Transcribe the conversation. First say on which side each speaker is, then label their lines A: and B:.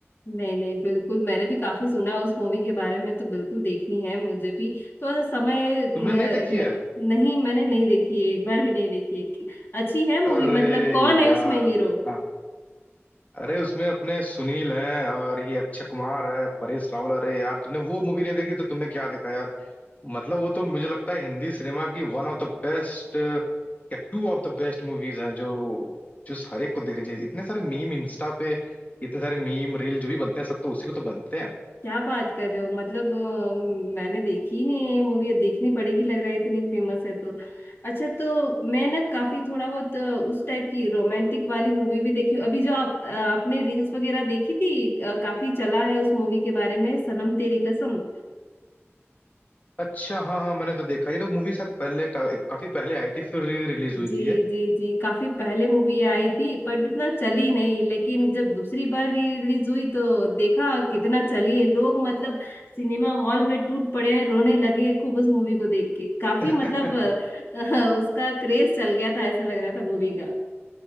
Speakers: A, on the left; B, on the left.
A: नहीं नहीं बिल्कुल मैंने भी काफी सुना है उस मूवी के बारे में तो बिल्कुल देखनी है मुझे भी तो ऐसा समय न,
B: तुमने नहीं देखी है
A: न, नहीं मैंने नहीं देखी है एक बार भी नहीं देखी है अच्छी है मूवी
B: अरे
A: मतलब कौन है
B: यार
A: उसमें हीरो
B: हाँ अरे उसमें अपने सुनील हैं और ये अक्षय कुमार है परेश रावल अरे यार तुमने वो मूवी नहीं देखी तो तुमने क्या देखा यार मतलब वो तो मुझे लगता है हिंदी सिनेमा की वन ऑफ द बेस्ट या two of the best movies हैं जो जो हर एक को देखनी चाहिए इतने सारे मीम इंस्टा पे इतने सारे मीम रील जो भी बनते हैं सब तो उसी पे तो बनते हैं
A: क्या बात कर रहे हो मतलब अ, मैंने देखी ही नहीं है मूवी अब देखनी पड़ेगी लग रहा है इतनी फेमस है तो अच्छा तो मैं ना काफी थोड़ा बहुत अ, उस टाइप की रोमांटिक वाली मूवी भी देखी हूँ अभी जो आप अ, आपने रील्स वगैरह देखी थी अ, काफी चला है उस मूवी के बारे में सनम तेरी कसम
B: अच्छा हाँ हाँ मैंने तो देखा ये तो मूवी शायद पहले का, काफी पहले आई थी फिर रिलीज हुई
A: जी
B: थी ये
A: जी जी काफी पहले मूवी आई थी बट उतना चली नहीं लेकिन जब दूसरी बार रिलीज हुई तो देखा कितना चली है लोग मतलब सिनेमा हॉल में टूट पड़े हैं रोने लगे हैं खूब उस मूवी को देख के काफी
B: <laughs>
A: मतलब अ, <laughs> उसका क्रेज चल गया था ऐसा लग रहा था मूवी का